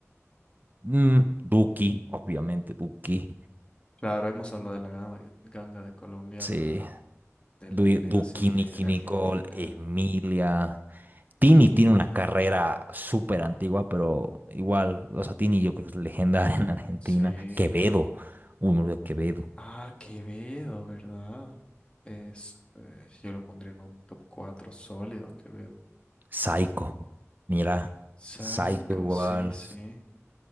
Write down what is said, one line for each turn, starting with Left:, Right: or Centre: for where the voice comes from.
Right: mm, Duki, obviamente, Duki.
Left: Claro, hemos hablado de la ganga, ganga de Colombia,
Right: Sí,
Left: ahora de
Right: Du-
Left: la generación
Right: Duki,
Left: de
Right: Nicki
Left: Argentina,
Right: Nicole, Emilia. Tini
Left: Tini,
Right: tiene una carrera súper antigua, pero igual, o sea, Tini yo creo que es legendaria <laughs> en Argentina.
Left: sí.
Right: Quevedo, uy, me olvidé de Quevedo.
Left: Ah, Quevedo, ¿verdad? Es, eh, yo lo pondría en un top 4 sólido, Quevedo.
Right: Saico, mira,
Left: Psycho,
Right: Saico igual,
Left: sí, sí.